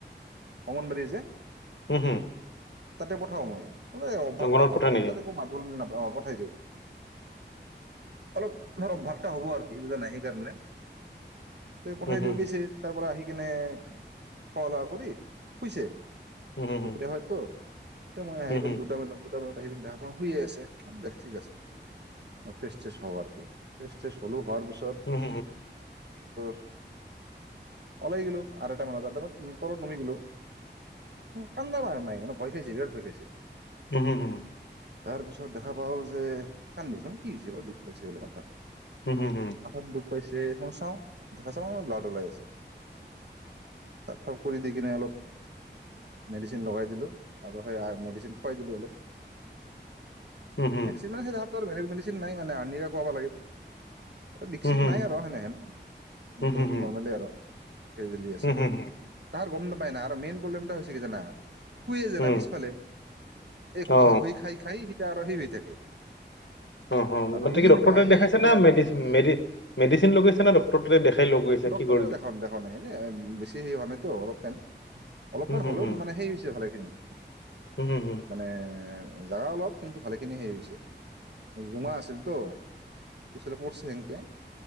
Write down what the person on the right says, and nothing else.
অংগনবাদী যে।
তাতে পঠাও মই। মানে অভ্যাসটো
হয়
এখন
তাত একো মাত বুল নাপায়। অ পঠাই দিওঁ । অলপ তাৰ অভ্যাসটা হ'ব আৰু কি বুজানাই সেইকাৰণে। ত পঠাই
দিও
গৈছে তাৰ পৰা আহি। কিনে খোৱা লোৱা কৰি শুইছে
টুকৰা
হয়তো এ মই আহি
গলো দুটা বজাত দুটা বজাত অহাৰ পৰা শুই আছে দে ঠিক আছে মই ফ্ৰেছ হও বাৰু ফ্ৰেচ ষ্টেছ হলো হোৱাৰ পিছত পিছত
ত ওলাই গোলো আঢ়ৈটা মানত বজাত ওপৰত সোমাই গিলো কান্দা ম নাই মান ভয় খাইছে বিৰাত ভয় খাইছে
তাৰ পিছত দেখা পাও যে কান্দিচ কি হৈছে বা দুখ পাইছে বোলে মাথাটো
মাথাত দুখ পাইছে চাওঁ দেখা চাওঁ ব্লাড ওলাই আছে চাফ চাফ কৰি দিকেনে আৰু দি অলপ মেডিচিন লগাই দিলো আৰু সেইয়া মেডিচিন খুৱাই দিলো অলপ
মেদিচিন মানে সেই ধৰা বেলেগ মেদিচিন নাই মানে আনি খোৱাব লাগে আৰু বিষ চিষ
নাই আৰু হয় নাই আৰু
তাৰপিছত
নৰ্মেলি আৰু সেই যি আছে
তাৰ গম নাপওঁ উপাই নাই আৰু মেইন প্ৰেবলেম এটা হৈছে আৰু কি জানা।
পিছফালে এই ঘহা
ঘহি খাই খাই এতিয়া আৰু সি দি থাকে
আৰু
বুজি
নাপাই
ই বিৰাট
বটমাছ
ডক্টৰ
ততে দেখাব দেখাব নাই এনে আৰু বেছি হোৱা নাইতো অলপ এনে অলপমান
হ'লেও
মানে সেইৰি হৈছে ভালেখিনি
মানে জাগা অলপ কিন্তু ভালেখিনি হেই হৈছে জোঙা আছিল তো পিছলে পঢ়ছে সেনকে